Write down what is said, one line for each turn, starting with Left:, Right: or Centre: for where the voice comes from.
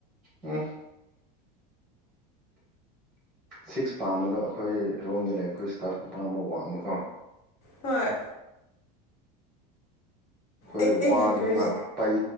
Centre: ꯎꯝ ꯁꯤꯛꯁ ꯄꯥꯝꯕꯗꯣ ꯑꯩꯈꯣꯏ ꯔꯣꯝꯗ ꯂꯩꯕ ꯑꯩꯈꯣꯏ ꯏꯁꯇꯥꯐꯅꯨꯄꯥ ꯋꯥꯡꯕꯀꯣ
Left: ꯍꯣꯏ
Centre: ꯑꯩꯈꯣꯏ
Left: ꯑꯩ ꯑꯩꯒꯤ
Centre: ꯋꯥꯗꯣ
Left: ꯀ꯭ꯔꯁ
Centre: ꯈꯪꯕ꯭ꯔꯥ ꯄꯩ